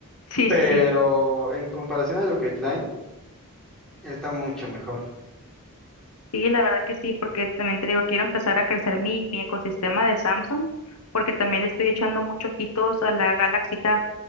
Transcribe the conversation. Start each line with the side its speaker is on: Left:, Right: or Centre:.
Left: sí,
Centre: Pero
Left: sí, sí.
Centre: en comparación a lo que traen, está mucho mejor.
Left: Sí, la verdad que sí, porque también te digo, quiero empezar a crecer mi, mi ecosistema de Samsung, porque también le estoy echando muchos ojitos a la Galaxy Tab,